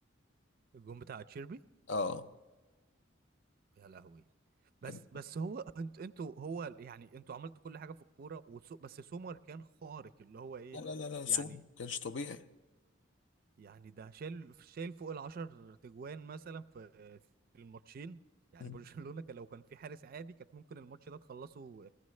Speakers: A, on the right (about 50°); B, on the left (about 65°).
A: الجون بتاع تشيربي
B: اه
A: يا لهوي بس
B: كان
A: بس هو انت انتوا هو يعني انتوا عملتوا كل حاجه في الكوره وسو بس سومر كان خارق اللي هو ايه
B: لا لا لا لا سوبر
A: يعني
B: ما كانش طبيعي
A: يعني ده شايل شايل فوق العشر تجوان مثلا في في الماتشين يعني
B: مم.
A: برشلونه كان لو كان في حارس عادي كانت ممكن الماتش ده تخلصه